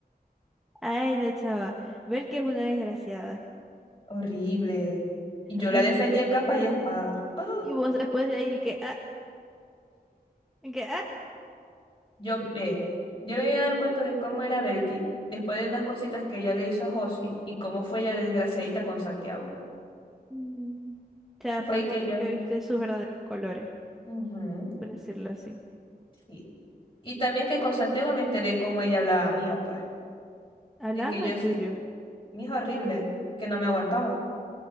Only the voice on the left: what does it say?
Horrible. Y yo
la defendía
capa
y espada. ¡Ah!
Yo, eh, yo me vine a dar cuenta de cómo era Belki, después de unas cositas que ella le hizo a Josie y cómo fue ella desgraciadita con Santiago.
Fue
ahí
que yo.
Ujú,
sí. Y también que con Santiago me enteré cómo ella hablaba mío, pues.
De que
yo sí,
mi hijo horrible, que no me aguantaba.